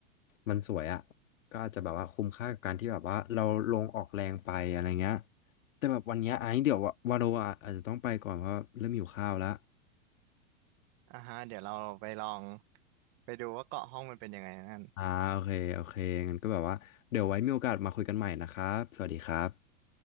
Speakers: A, on the left; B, on the right.
A: มันสวยอ่ะก็อาจจะแบบว่าคุ้มค่ากับการที่แบบว่าเราลงออกแรงไปอะไรเงี้ย แต่แบบวันเนี้ยไอ้เดี๋ยววะวาโรอะอาจจะต้องไปก่อนเพราะว่าเริ่มหิวข้าวแล้ว
B: อ่าฮะเดี๋ยวเราไปลองไปดูว่าเกาะห้องมันเป็นยังไงนั่น
A: อ่าโอเคโอเคงั้นก็แบบว่าเดี๋ยวไว้มีโอกาสมาคุยกันใหม่นะครับ สวัสดีครับ